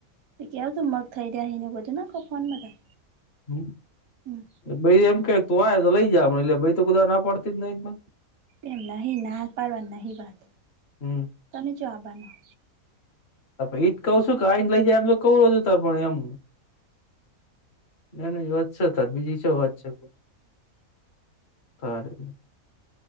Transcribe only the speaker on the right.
કેવો મગ થઈ જાયને બધું ના કહો ફોનમાં.
હમ્મ.
એમ નહી, મેં ના પાડવાની નવી વાત,
તમે જવાબ આપવાના.